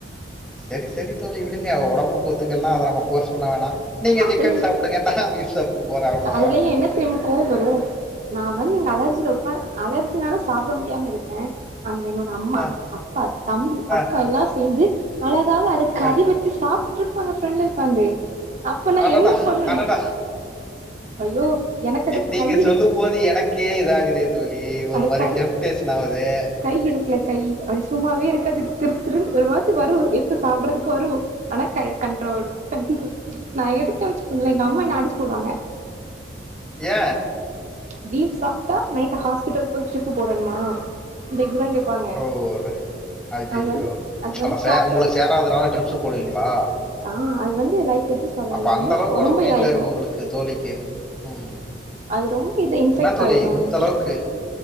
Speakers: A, in the centre; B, on the right.
A: சரி சரி தோழி விடுங்க ஒடம்புக்கு ஒத்துக்கலன்னா அத நம்ம ஃபோர்ஸ் பண்ண வேணா நீங்க
B: அதுல
A: சிக்கன் சாப்பிடுங்க நா பீஃப் சாப்ட்டு போறே அவ்ளோதா
B: அதுலயு என்ன தெரியுமா கோவ வரு நா வந்து இங்க அலர்ஜியில உக்கா அலர்ஜினாலே சாப்ட முடியாம இருப்பே அங்க என்னோட அம்மா
A: அ
B: அப்பா தம்பி அக்கா
A: அ
B: எல்லா சேந்து அழகாக அத கறி
A: அ
B: வச்சு சாப்ட்டுட்டு இருப்பாங்க ஃப்ரெண்ட்லா உக்காந்து அப்ப நா
A: அடடா
B: என்ன பண்ணனு
A: அடடா
B: ஐயோ எனக்கு அது
A: நீங்க
B: கயிறு
A: சொல்லு போது எனக்கே இதாகுதே தோழி ஒரு
B: அது
A: மாரி
B: கை
A: டெம்டேஸனா ஆவுதே
B: கை இருக்குல கை அது சும்மாவே இருக்காது திரு திரு ஒரு மாிரி வரு சாப்பிடறதுக்கு வரு ஆனா கை கண்ட்ரோல் கண்ட்ரோல் நான் எடுத்தே வச்சுக்கங்களே எங்க அம்மா என்ன அடிச்சு போட்ருவாங்க
A: ஏ
B: பீர் சாப்ட்டா நைட் ஹாஸ்பிட்டல போய் ட்ரிப் போடணுமா இந்த <unintelligible> கேப்பாங்க
A: ஓவரே அய்யய்யோ
B: அது வந்து அது வந்து
A: அட ச
B: சாப்ட்ட
A: உங்களுக்கு சேராாததுனால ட்ரிப்ஸ் போடுவீங்களா
B: ஆஹ் அது வந்து லைக் எப்டி சொல்ல
A: அப்ப
B: அது
A: அந்த
B: வந்து
A: அளவுக்கு உடம்பு
B: ரொம்ப
A: வீக்கா
B: இதாயிரு
A: இருக்கு உங்களுக்கு தோழிக்கு உம்
B: அது ரொம்ப இது இன்ஃபெக்ட்
A: என்னா தோழி
B: ஆயிரு எனக்கு
A: இந்த அளவுக்கு